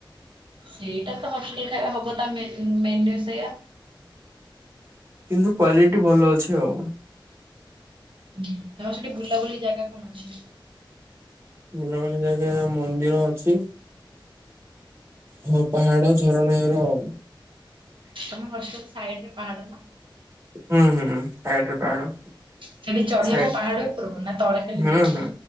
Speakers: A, on the right; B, on the right.
A: ସେଇଟା ତ ହଷ୍ଟେଲ ଖାଇବା ହବ ତା ମେନୁ ମେନ୍ୟୁ ସେଇୟା।
B: କିନ୍ତୁ କ୍ଵାଲିଟି ଭଲ ଅଛି ଆଉ।
A: ହୁଁ ତମର ସେଠି ବୁଲାବୁଲି ଜାଗା କଣ ଅଛି?
B: ବୁଲାବୁଲି ଜାଗା ମନ୍ଦିର ଅଛି। ହଁ ପାହାଡ ଝରଣା ଏରାକ।
A: ତମେ ହଷ୍ଟେଲ ସାଇଡ ରେ ପାହାଡ ନା?
B: ହୁଁ ହୁଁ ସାଇଡ ରେ ପାହାଡ।
A: ସେଠି ଚଢେଇବ
B: ସାଇଡ
A: ପାହାଡ ଉପରକୁ ନା ତଳେ ଖେଲି
B: ହୁଁ
A: ଦେଖିବ।
B: ହୁଁ